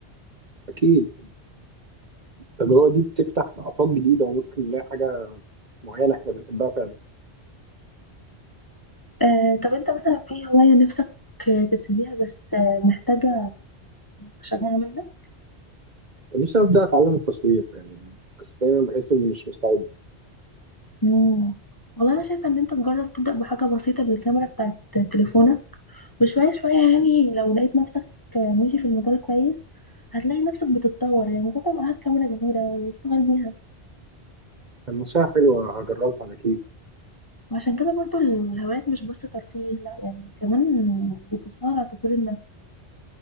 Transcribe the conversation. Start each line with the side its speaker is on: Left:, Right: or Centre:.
Right: أكيد التجربة دي بتفتح آفاق جديدة وممكن نلاقي حاجة معينة إحنا بنحبها فعلا
Left: آه، طب انت مثلا في هواية نفسك تبتديها بس آه، محتاجة شجاعة منك
Right: كان نفسي أبدأ أتعلم التصوير يعني بس دايما بحس إني مش مستعد
Left: مم. والله انا شايفة ان انت تجرب تبدأ بحاجة بسيطة بالكاميرا بتاعت تليفونك وشوية شوية يعني لو لقيت نفسك ماشي في المجال كويس هتلاقي نفسك بتتطور يعني ساعتها بقى هات كاميرا كبيرة واشتغل بيها
Right: النصيحة حلوة هجربها أكيد
Left: وعشان كده برضو الهوايات مش بس ترفيه لا يعني كمان بتساعد على تطوير النفس